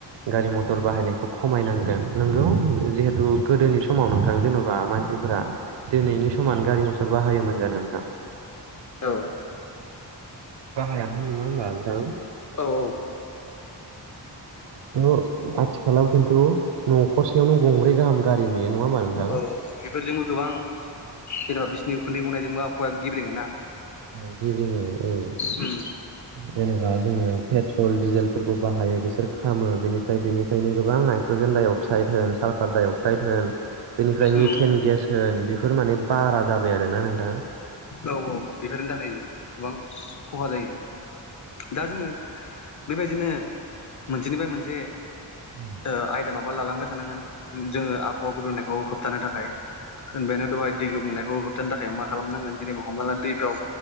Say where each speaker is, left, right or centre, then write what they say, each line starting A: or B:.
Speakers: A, on the right (about 75°); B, on the left (about 45°).
A: गारि मथर बाहायनायखौ खमायनांगोन नोंगौे थ' गोदोनि समाव नोंथां जेन'बा मानसिफोरा दिनैनि समान गारि मथर बाहायोमोन जानो नोंथां?
B: औ।
A: <unintelligible>
B: औ औ।
A: औ आथिखालाव खिन्थु न'खरसेयावनो गंब्रै गाहाम गारि नुयो नङा। होमबा नोंथां
B: औ बेफोरजोंबो गोबां जेन'बा बिसिनि उखुन्दै गनायजोंबो आबहावाया गेब्रेङ ना
A: औ गेब्रेङो औ
B: उम ओ।
A: जेन'बा जोङो पेट्रल डिजेलफोरखौ बाहायो बिसोर खामो बेनिफ्राय बेनि आवनो गोबां नाइट्र'जेन डाइ अक्साइड होन साल्फार डाइ अक्साइड होन बेनिफ्राय मिथेन
B: उम
A: गेस होन बेफोर माने बारा जाबाय आरोना नोंथां।
B: औ औ बेफोरनि थाखाय गोबां खहा जायो। दा जोङो बेबायदिनो मोनसेनिफ्राय मोनसे
A: <unintelligible>
B: ओ आयदा माबा लालांबाय थानांगोन जोङो आबहावा गुब्रनायखौ होबथानो थाखाय होनबायानो दहाय दै गुबुंनायखौ होबथानो थाखाय मा खालामनांगोन जेनेबा हमनानै दैफ्राव